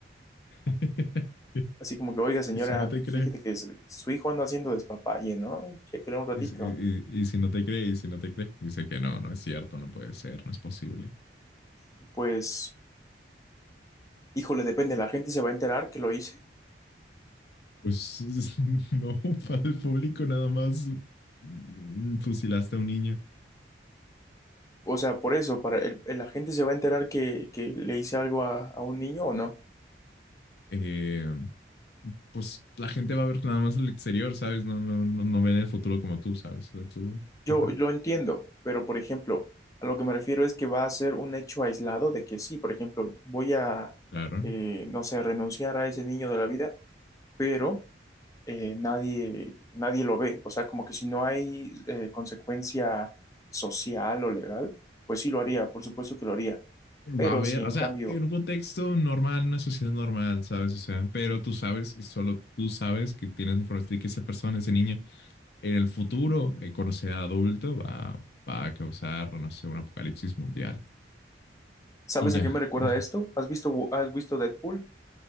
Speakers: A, on the left (about 60°); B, on the left (about 20°).
A: <laughs>
B: Así como que, oiga, señora,
A: Y si no te
B: pues
A: cree,
B: fíjate que su, su hijo anda haciendo despapalle, ¿no? Chéquele un ratito.
A: y si, y- y si no te cree, y si no te cree, dice que no, no es cierto, no puede ser, no es posible.
B: Pues, híjole, depende, la gente se va a enterar que lo hice.
A: Pues <laughs> no, para el público nada más mm, fusilaste a un niño.
B: O sea, por eso, para el, el- la gente se va a enterar que, que le hice algo a, a un niño o no.
A: Eh, pues la gente va a ver nada más el exterior, ¿sabes? No, no, no, no ven el futuro como tú, ¿sabes? O sea, tú,
B: Yo
A: ajá,
B: lo entiendo, pero por ejemplo, a lo que me refiero es que va a ser un hecho aislado de que sí, por ejemplo, voy a,
A: claro.
B: eh, no sé, renunciar a ese niño de la vida, pero eh, nadie, nadie lo ve. O sea, como que si no hay eh, consecuencia social o legal, pues sí lo haría, por supuesto que lo haría.
A: Va
B: Pero
A: a haber,
B: si en
A: o sea,
B: cambio,
A: en un contexto normal, en una sociedad normal, ¿sabes? O sea, pero tú sabes y solo tú sabes que tienes información y que esa persona, ese niño, en el futuro, eh, cuando sea adulto, va, va a causar, no sé, un apocalipsis mundial.
B: ¿sabes
A: Y ya,
B: a qué me recuerda
A: eso.
B: esto? ¿Has visto, has visto Deadpool?